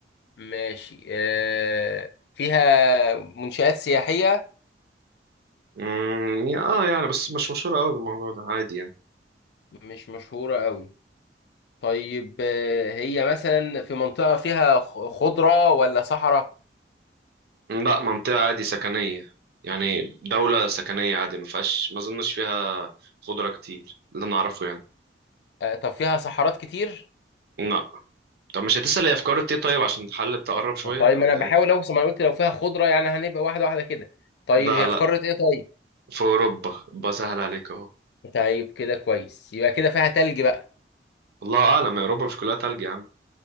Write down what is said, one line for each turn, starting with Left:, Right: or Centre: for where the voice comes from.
Left: ماشي آه، فيها منشآت سياحيه
Right: امم يا- اه يعني بس مش مشهورة قوي بالموضوع ده عادي يعني
Left: مش مشهوره قوي طيب آه، هي مثلا في منطقة فيها خ- خضرة ولا صحراء؟
Right: لا منطقة عادي سكنية يعني دولة سكنية عادي ما فيهاش ما اظنش فيها خضرة كتير اللي انا اعرفه يعني
Left: آه، طب فيها صحارات كتير؟
Right: لا طب مش هتسأل هي افكار ايه طيب عشان تحل تقرب شوية
Left: طيب
Right: ولا
Left: ما انا بحاول
Right: ايه
Left: اوصل ما انا قلت لو فيها خضرة يعني هنبقى واحدة واحدة كده. طيب
Right: لا
Left: هي
Right: لا
Left: في قارة ايه طيب؟
Right: في اوروبا بسهل عليك اهو
Left: طيب كده كويس يبقى كده فيها تلج بقى.
Right: الله اعلم يا اوروبا مش كلها تلج يا عم